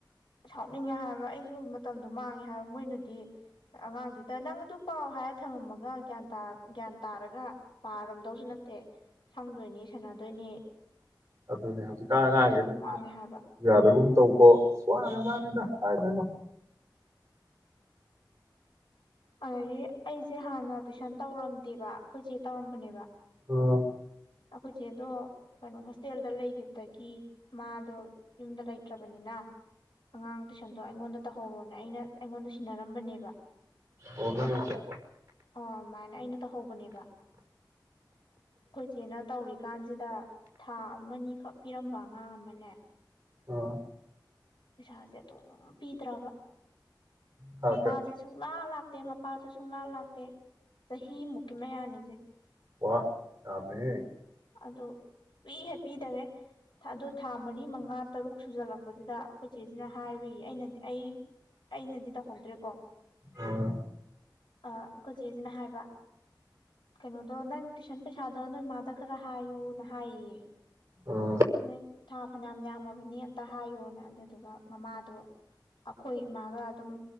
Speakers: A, on the left; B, on the right.
A: ꯁꯥꯎꯅꯤꯡꯉꯦ ꯍꯥꯏꯕ ꯑꯩꯁꯨ ꯃꯇꯝꯗꯣ ꯃꯥꯡꯉꯦ ꯍꯥꯏꯕ ꯃꯣꯏꯅꯗꯤ ꯑꯉꯥꯡꯗꯨꯗ ꯅꯪ ꯑꯗꯨ ꯄꯥꯎ ꯍꯥꯏꯔ ꯊꯝꯃꯝꯃꯒ ꯒ꯭ꯌꯥꯟ ꯇꯥꯔꯒ ꯄꯥꯔꯝꯗꯧꯁꯨ ꯅꯠꯇꯦ ꯁꯪꯗꯣꯏꯅꯤ ꯁꯥꯟꯅꯗꯣꯏꯅꯤ
B: ꯑꯗꯨꯅꯦ ꯍꯧꯖꯤꯛ ꯀꯥꯟ ꯑꯉꯥꯡꯁꯤꯡꯁꯦ
A: ꯃꯇꯝꯗꯣ ꯃꯥꯡꯉꯦ ꯍꯥꯏꯕ
B: ꯌꯥꯗꯒꯨꯝ ꯇꯧꯕꯣ ꯋꯥꯅꯦ ꯃꯥꯅꯤꯅ ꯀꯥꯏꯗꯣꯏꯅꯣ
A: ꯑꯗꯒꯤ ꯑꯩꯁꯦ ꯍꯥꯟꯅ ꯇꯨꯏꯁꯟ ꯇꯧꯔꯝꯗꯦꯕ ꯑꯩꯈꯣꯏꯆ‌ꯦ ꯇꯧꯔꯝꯕꯅꯦꯕ
B: ꯑꯣ
A: ꯑꯩꯈꯣꯏꯆꯦꯗꯣ ꯀꯩꯅꯣ ꯍꯣꯁꯇꯦꯜꯗ ꯂꯩꯈꯤꯕꯗꯒꯤ ꯃꯥꯗ‌ꯣ ꯌꯨꯝꯗ ꯂꯩꯇ꯭ꯔꯕꯅꯤꯅ ꯑꯉꯥꯡ ꯇꯨꯏꯁꯟꯗꯣ ꯑꯩꯉꯣꯟꯗ ꯇꯧꯍꯧꯔꯣꯅ ꯑꯩꯅ ꯑꯩꯉꯣꯟꯗ ꯁꯤꯟꯅꯔꯝꯕꯅꯦꯕ
B: ꯑꯣ ꯅꯪꯅ
A: ꯑꯗꫭ ꯑ ꯃꯥ ꯑꯩꯅ ꯇꯧꯍꯧꯕꯅꯩꯕ ꯆꯦꯅ ꯇꯧꯔꯤꯀꯥꯟꯁꯤꯗ ꯊꯥ ꯑꯃꯅꯤꯈꯛ ꯄꯤꯔꯝꯕ ꯑꯉꯥꯡ ꯑꯃꯅꯦ
B: ꯑꯣ
A: ꯄꯩꯁꯥꯁꯦ ꯑꯗꯨꯝ ꯄꯤꯗ꯭ꯔꯕ
B: ꯊꯥꯔꯛꯀꯦ
A: ꯃꯃꯥꯁꯦ ꯁꯨꯡꯂꯥꯛ ꯂꯥꯛꯇꯦ ꯃꯄꯥꯁꯨ ꯁꯨꯡꯂꯥꯛ ꯂꯥꯛꯇꯦ ꯆꯍꯤꯃꯨꯛꯀꯤ ꯃꯌꯥꯅꯤꯁꯦ
B: ꯋꯥ ꯌꯥꯝꯃꯦꯍꯦ
A: ꯑꯗꯨ ꯁꯨꯛꯄꯤꯍꯦꯛ ꯄꯤꯗꯒꯩ ꯑꯗꫭ ꯊꯥ ꯃꯔꯤ ꯃꯉꯥ ꯇꯔꯨꯛ ꯁꯨꯖꯜꯂꯛꯄꯁꯤꯗ ꯑꯩꯈꯣꯏ ꯏꯆꯦꯁꯤꯅ ꯍꯥꯏꯔꯨꯏ ꯑꯩꯅꯗꯤ ꯑꯩ ꯑꯩꯅꯗꯤ ꯇꯧꯍꯧꯗ꯭ꯔꯦꯀꯣ
B: ꯑꯥ
A: ꯑ ꯑꯩꯈꯣꯏ ꯆꯦꯁꯤꯅ ꯍꯥꯏꯕ ꯀꯩꯅꯣꯗꯣ ꯅꯪ ꯇꯨꯏꯁꯟ ꯄꯩꯁꯥꯗꫭ ꯅꫭꯏꯃꯥꯗ ꯈꯔ ꯍꯌꯨꯅ ꯍꯥꯏꯌꯦꯌꯥꯩ
B: ꯑꯥ
A: ꯅꯪ ꯊ ꯐꯩꯅꯝ ꯌꯥꯝꯃꯃꯤ ꯅꯤ ꯑꯃꯝꯇ ꯍꯥꯏꯌꯣꯅ ꯑꯗꯨꯗꯨꯒ ꯃꯃꯥꯗꯣ ꯑꯈꯣꯏ ꯏꯃꯥꯒ ꯑꯗꯨꯝ